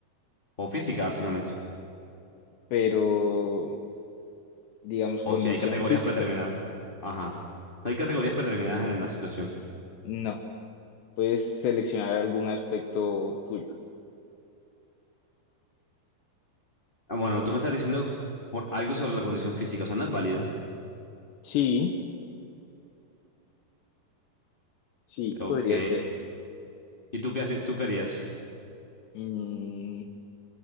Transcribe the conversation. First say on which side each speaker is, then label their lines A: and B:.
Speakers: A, on the left; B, on the left.
A: O física, básicamente.
B: pero digamos, condición
A: O si hay categorías
B: física,
A: predeterminadas. Ajá. No hay categorías predeterminadas en, la situación.
B: no. Puedes seleccionar algún aspecto tuyo.
A: Ah, bueno, tú me estás diciendo por algo sobre la condición física, o sea, no es válido.
B: Sí, sí,
A: Ok.
B: podría ser.
A: ¿Y tú qué, haci- tú qué harías?
B: Mm,